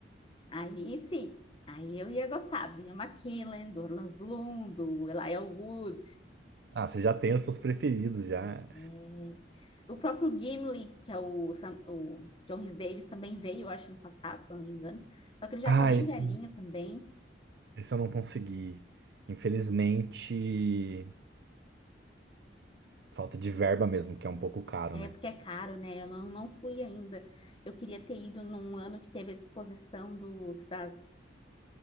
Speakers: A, on the left; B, on the right.
A: Aí sim, aí eu ia gostar do Ian McKellen, do Orlando Bloom, do Elijah Wood,
B: Ah, você já tem os seus preferidos já.
A: é, o próprio Gimli, que é o, Sam- o John Rhys Davies, também veio, eu acho, ano passado, se eu não me engano. Só que ele já
B: Ah,
A: tá bem
B: esse,
A: velhinho também.
B: esse eu não consegui. Infelizmente, falta de verba mesmo, que é um pouco caro,
A: É,
B: né?
A: porque é caro, né? Eu não, não fui ainda. Eu queria ter ido num ano que teve a exposição dos, das,